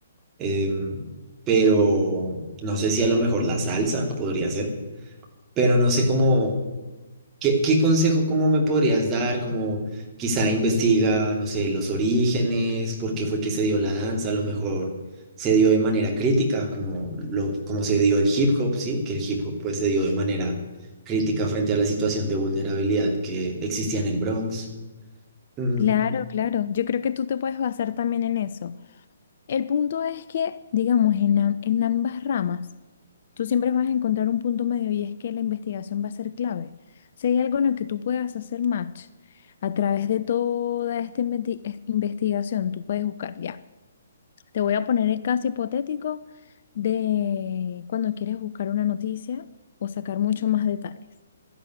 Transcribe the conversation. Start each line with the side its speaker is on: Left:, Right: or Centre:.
Right: em, pero no sé si a lo mejor la salsa podría ser, pero no sé cómo ¿Qué, qué consejo cómo me podrías dar? Como quizá investiga, no sé, los orígenes, por qué fue que se dio la danza, a lo mejor se dio de manera crítica, como, lo, como se dio el hip hop, ¿sí? Que el hip hop pues se dio de manera crítica frente a la situación de vulnerabilidad que existía en el Bronx. Mm,
Left: Claro, claro. Yo creo que tú te puedes basar también en eso. El punto es que, digamos, en, am- en ambas ramas, tú siempre vas a encontrar un punto medio y es que la investigación va a ser clave. Si hay algo en el que tú puedas hacer match a través de toda esta inventi- es- investigación, tú puedes buscar, ya. Te voy a poner el caso hipotético de cuando quieres buscar una noticia o sacar mucho más detalles.